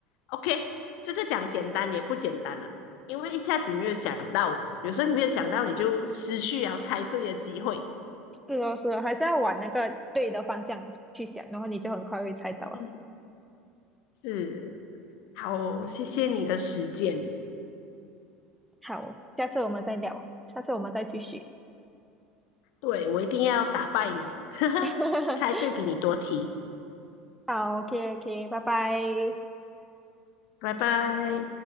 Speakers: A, on the left; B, in the centre.
A: ，OK，这个讲简单也不简单了，因为一下子没有想到，有时候你没有想到，你就失去了猜对的机会。
B: 是哦是哦，还是要往那个对的方向去想，然后你就很快会猜到。
A: 嗯，是，好，谢谢你的时间。
B: 好，下次我们再聊，下次我们再继续。
A: 对，我一定要打败你，<laughs>
B: <laughs>
A: 才对比你多题。
B: 好，OK，OK，拜拜。
A: 拜拜。